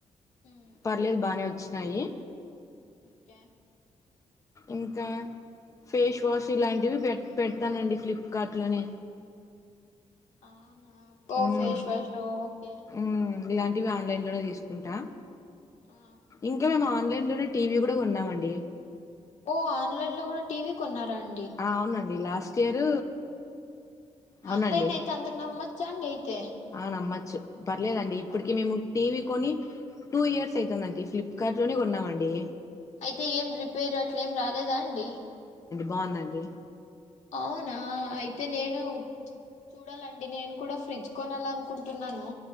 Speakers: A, on the left; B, on the left.
A: ఉమ్,
B: పర్లేదు బానే ఒచ్చినాయి
A: కే
B: ఇంకా ఫేష్ వాష్ ఇలాంటివి పె పెడతానండి ఫ్లిప్కార్ట్ లోనే
A: అవునా ఓ
B: మ్
A: ఫేస్ వాష్ ఓకే
B: మ్ ఇలాంటివి ఆన్లైన్
A: దానికి
B: లోనే తీసుకుంటా
A: ఆ.
B: ఇంకా మేము ఆన్లైన్ లోనే టీవీ గూడ గొన్నామండి
A: ఓ ఆన్లైన్ లో గుడ టీవీ కొన్నారండి
B: ఆ అవునండి లాస్ట్ ఇయర్ అవునండి
A: అన్లైన్ అయితే అందర్ నమ్మచ్చాండి అయితే
B: ఆ నమ్మచ్చు పర్లేదండి ఇప్పటికి
A: అవునా?
B: మేము టీవీ కొని టూ ఇయర్స్ అయితుందండి ఫ్లిప్కార్ట్ లోనే గొన్నామండి
A: అయితే ఏం రిపేర్ అట్లేం రాలేదా అండి
B: బాఉందండి
A: అవునా అయితే నేను చూడాలండి నేను కుడా ఫ్రిడ్జ్ కొనాలనుకుంటున్నాను